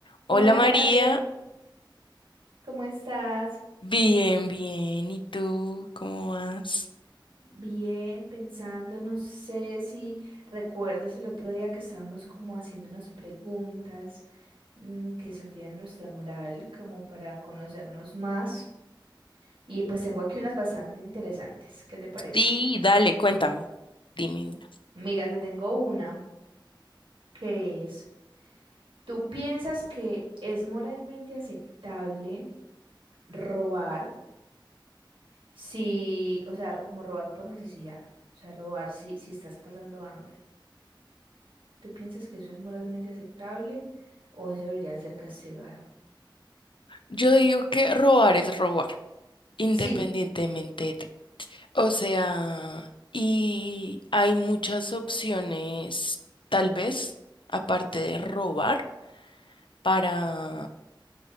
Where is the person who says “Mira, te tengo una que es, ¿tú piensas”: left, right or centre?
Right